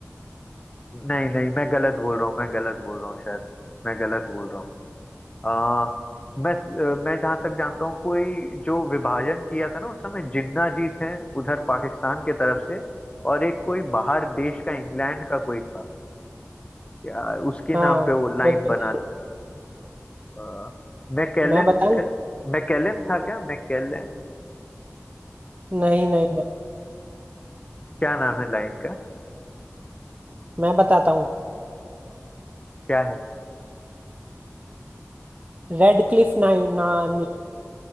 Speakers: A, on the left; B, on the right.
A: नहीं नहीं मैं गलत बोल रहा हूँ मैं गलत बोल रहा हूँ शायद मैं गलत बोल रहा हूँ आ, मैं अ, मैं जहां तक जानता हूँ कोई जो विभाजन किया था ना उस समय जिन्ना जी थे उधर पाकिस्तान के तरफ से और एक कोई बाहर देश का इंग्लैंड का कोई था या उसके
B: हाँ
A: नाम पे वो लाइन
B: बिल्कुल
A: बना था आ, मैकेलन
B: मैं बताऊं
A: क- मैकेलन था क्या मैकेलन
B: नहीं नहीं नहीं
A: क्या नाम है लाइन का
B: मैं बताता हूँ
A: क्या है
B: रेड क्लिफ नाइन नान